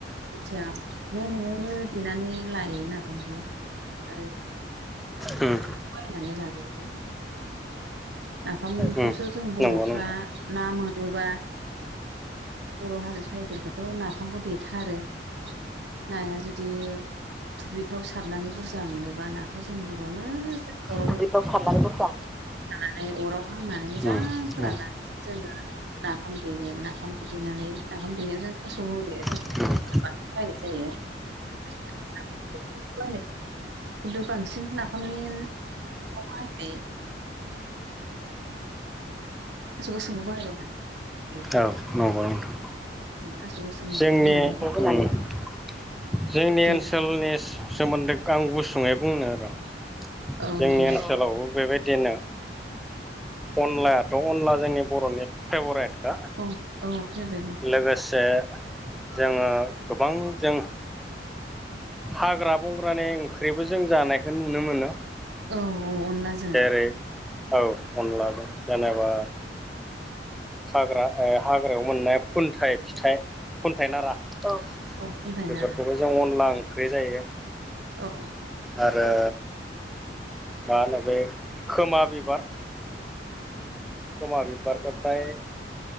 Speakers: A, on the right; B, in the centre.
A: जेथिया न' न'आवनो देनानै लायो नाफामखौ आरो
B: उम
A: बायनानै लाबोयो नाफामखौसो
B: उम
A: जों बर'फ्रा
B: नंगौ नोंथां
A: ना मोनोबा बर' हारि ट्राइबेलफ्राथ' नाफामखौ देथारो। नाया जुदि दुब्लिफ्राव सारनानै बुरजा मोनोबा नाखौ जोंनि बर'आ मोजां अराव
B: दुब्लिफ्राव सारनानै बुरजा
A: <unintelligible> अराव हांनानै मोजां
B: उम
A: फोराननानै
B: उम
A: जोङो नाफाम देगोन नाफामखौ देनानै नाफाम देनायाव जों थास' होयो थास
B: औ
A: <unintelligible> <unintelligible> बायनाय खिन्थु बांसिन नाफामनि बाहायनाय <unintelligible>
B: औ नंगौ नोंथां।
A: थास' गोसोमखौ
B: जोंनि
A: होनानै
B: उम जोंनि
A: दे
B: ओनसोलनि सो-सोमोन्दै आं गुसुङै बुंनो र
A: औ
B: जोंनि
A: दे
B: ओनसोलावबो बेबायदिनो अनलायाथ' अनला जोंनि बर'नि फेभरेट
A: औ औ फैबाय नोंखौ
B: लोगोसे जोङो गोबां जों हाग्रा बंग्रानि ओंख्रिबो जों जानायखो नुनो मोनो।
A: औ औ अनलाजो
B: जेरै औ अनलाजों जेनेबा हाग्रा ओ हाग्रायाव मोननाय खुन्थाइ फिथाइ खुन्थाइ नारा औ
A: औ खुन्थाइ
B: बेफोरखौबो
A: नारा
B: जों अनला ओंख्रि जायो।
A: औ
B: आरो मा होनो बे खोमा बिबार खोमा बिबारखो प्राय